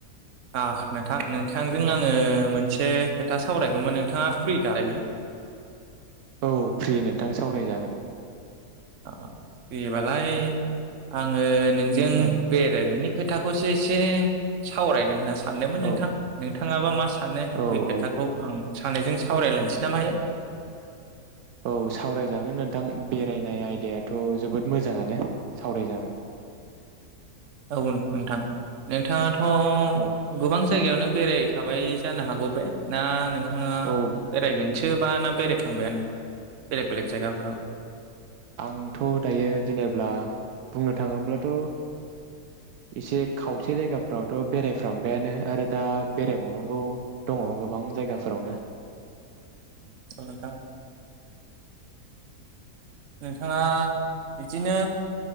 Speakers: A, on the right (about 55°); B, on the right (about 75°).
A: आ नोंथां-नोंथांजों आङो मोनसे खोथा सावरायगौमोन नोंथाङा फ्रि दा दायो?
B: औ फ्रि नोंथां सावरायजागोन।
A: आं देबालाय आङो नोंजों
B: औ
A: बेरायनायनि खोथाखौसो एसे सावरायनो होनना सा सानदोंमोन नोंथां
B: औ
A: नोंथाङाबा मा सानो
B: औ
A: बे खोथाखौ
B: औ
A: आं सानैजों सावरायलायनोसै नामा?
B: औ सावरायजागोन नोंथां बेरायनाय आयदायाथ' जोबोद मोजाङानो सावरायजागोन।
A: औ नोंथां नोंथाङा अ
B: औ
A: गोबां जायगायावनो बेरायहैखाबाय जानो हागौ बे ना नो नोंथाङा
B: औ
A: बेरायगोन। सोबा ना बेराय खांबायानो बेलेग बेलेग जायगाफोराव।
B: आंथ' दायो जेनेब्ला बुंनो थाङोब्लाथ' एसे खावसे जायगाफोरावथ' बेरायफ्रामबायानो आरो दा बेरायबावनांगौ दङ गोबां जायगाफोरावनो।
A: औ नोंथां। नोंथाङा बिदिनो